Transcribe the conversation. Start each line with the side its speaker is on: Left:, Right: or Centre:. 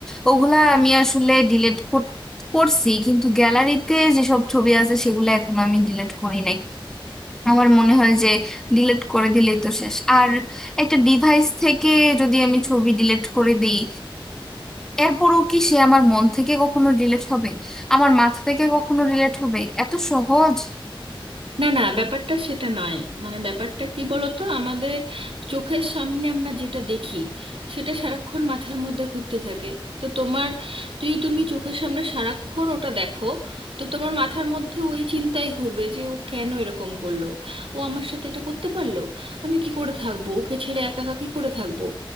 Centre: ওগুলা আমি আসলে ডিলিট করছি কিন্তু গ্যালারিতে যেসব ছবি আছে সেগুলো এখনো আমি ডিলিট করি নাই আমার মনে হয় যে ডিলিট করে দিলেই তো শেষ আর একটা ডিভাইস থেকে যদি আমি ছবি ডিলিট করে দিই এরপরও কি সে আমার মন থেকে কখনো ডিলেট হবে আমার মাথা থেকে কখনো ডিলেট হবে এত সহজ
Right: না না ব্যাপারটা সেটা নয় মানে ব্যাপারটা কি বলতো আমাদের চোখের সামনে আমরা যেটা দেখি সেটা সারাক্ষণ মাথার মধ্যে ঘুরতে থাকে তো তোমার যদি তুমি চোখের সামনে সারাক্ষণ ওটা দেখো তো তোমার মাথার মধ্যে ওই চিন্তাই ঘুরবে যে ও কেন এরকম করলো ও আমার সাথে এটা করতে পারলো আমি কি করে থাকবো ওকে ছেড়ে একা একা কি করে থাকবো